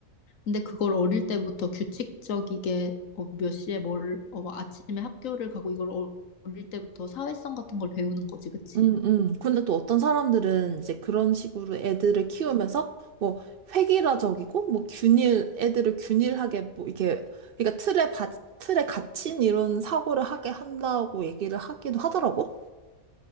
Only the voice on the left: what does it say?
근데 그걸 어릴 때부터 규칙적이게 어, 몇 시에 뭘, 어, 막 아침에 학교를 가고 이걸 어- 어릴 때부터 사회성 같은 걸 배우는 거지, 그치?